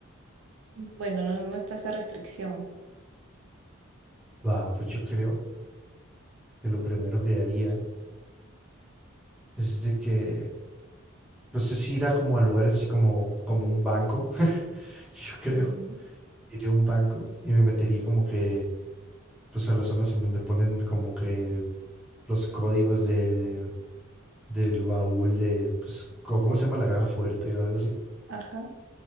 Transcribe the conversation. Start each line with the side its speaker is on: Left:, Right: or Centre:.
Right: Bueno, no, no está esa restricción.
Centre: Va, pues yo creo que lo primero que haría es de que, pues es ir a como a lugares así como, como un banco, <laughs> yo creo.
Right: Ya.
Centre: Iría a un banco y me metería como que, pues a las zonas en donde ponen como que los códigos de, del baúl de, pues, co- ¿cómo se llama la caja fuerte? Algo así.
Right: Ajá.